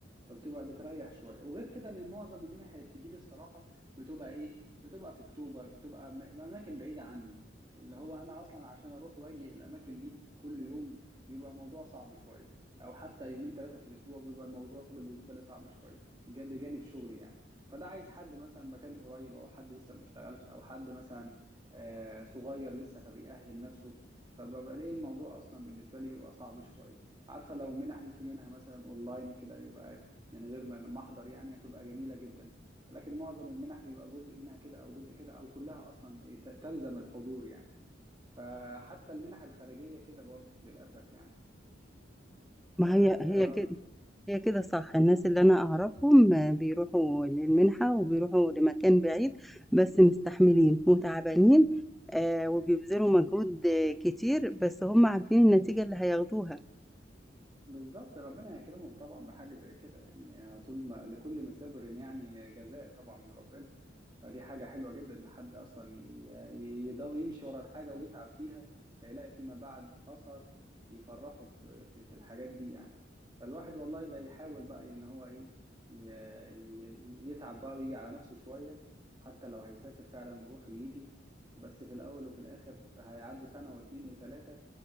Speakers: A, on the right; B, in the centre.
A: فبتبقى بتريح شويه وغير كده ان معظم المنح اللي بتجي لي الصراحه بتبقى ايه بتبقى في اكتوبر بتبقى م- اماكن بعيده عني اللي هو انا اصلا عشان اروح واجي الاماكن دي كل يوم بيبقى الموضوع صعب شويه او حتى يومين ثلاثه في الاسبوع بيبقى الموضوع بالنسبه لي صعب شويه جا- بجانب شغلي يعني فده عايز حد مثلا مكان قريب او حد لسه ما اشتغلش او حد مثلا آه، صغير لسه فبيأهل نفسه فببقى ليه الموضوع اصلا بالنسبه لي بيبقى صعب شويه عارفه لو المنح دي في منها مثلا اونلاين كده يبقى من غير ما ما احضر يعني هتبقى جميله جدا ولكن معظم المنح بيبقى جزء منها كده او جزء كده او كلها اصلا إيه، ت- تلزم الحضور يعني فحتى المنح الخارجيه كده برضو للاسف يعني فرب
B: ما هي هي كده. هي كده صح، الناس اللي أنا أعرفهم آه، بيروحوا للمنحة وبيروحوا لمكان بعيد، بس مستحملين وتعبانين آآ، وبيبذلوا مجهود آه، كتير، بس هُم عارفين النتيجة اللي هياخدوها.
A: بالظبط ربنا يكرمهم طبعا بحاجه زي كده يعني طول ما لكل مسابر يعني جزاء طبعا من ربنا فدي حاجة حلوة جدا إن حد أصلا يضاوي يمشي ورا الحاجة ويتعب فيها فيلاقي فيما بعد أثر يفرحه في, في, في الحاجات دي يعني فالواحد والله ده يحاول بقى إن هو إيه ي- ي- يتعب بقى ويجي على نفسه شوية حتى لو هيسافر فعلا يروح ويجي بس في الأول وفي الآخر هيعدي سنة واتنين وتلاتة